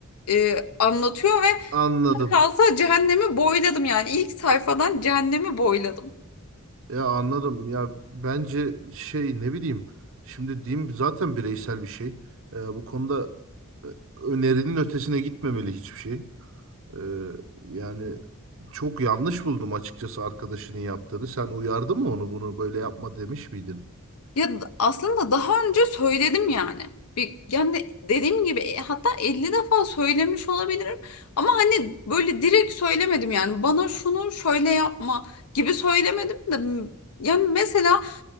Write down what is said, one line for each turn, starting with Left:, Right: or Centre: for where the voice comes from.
Left: e, anlatıyor ve
Right: anladım.
Left: kalsa cehennemi boyladım yani ilk sayfadan cehennemi boyladım.
Right: Ya anladım. Ya bence şey ne bileyim. Şimdi diyeyim zaten bireysel bir şey. Ee, bu konuda e, önerinin ötesine gitmemeli hiçbir şey. Ee, yani çok yanlış buldum açıkçası arkadaşının yaptığını. Sen uyardın mı onu bunu böyle yapma demiş miydin?
Left: Ya d- aslında daha önce söyledim yani. Bir, yani dediğim gibi e, hatta 50 defa söylemiş olabilirim ama hani böyle direkt söylemedim yani bana şunu şöyle yapma gibi söylemedim de m- yani mesela